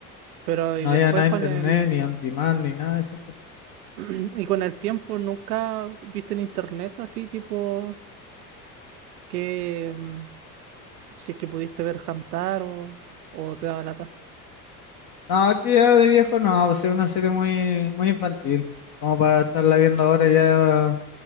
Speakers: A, on the right; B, on the left.
A: Pero y
B: No
A: después
B: había nada
A: con
B: de internet,
A: el
B: ni on demand, ni nada de eso.
A: <clears throat> Y con el tiempo nunca viste en internet así, tipo, que mm, si es que pudiste ver cantar o, o te daba lata.
B: No, que ya de viejo no, pues es una serie muy, muy infantil, como para estarla viendo ahora ya,